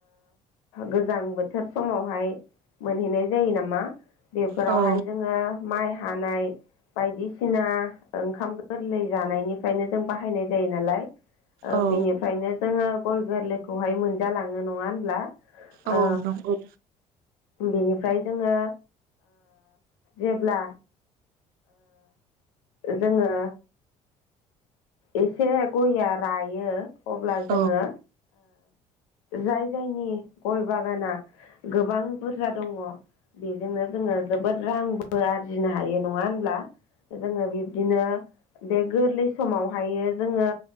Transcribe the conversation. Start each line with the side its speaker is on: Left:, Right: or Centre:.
Left: गोजां बोथोर समावहाय मोनहैनाय जायो नामा बेफोरावहाय
Right: औ
Left: जोङो माइ हानाय बायदिसिना ओंखाम गोरलै जानायनिफ्रायनो जों बाहायनाय जायो नालाय
Right: औ
Left: बिनिफ्रायनो जोङो गय गोरलैखौहाय मोनजालाङो नङा होनब्ला
Right: औ
Left: ओ
Right: नंगौ।
Left: बेनिफ्राय जोङो जेब्ला जोङो एसे गया रायो अब्ला
Right: औ
Left: जोङो जाय जायनि गय बागाना गोबां बुरजा दङ बेजोंनो जोङो जोबोद रांबो आरजिनो हायो नङा होनब्ला? जोङो बिब्दिनो बे गोरलै समाव हायो जोङो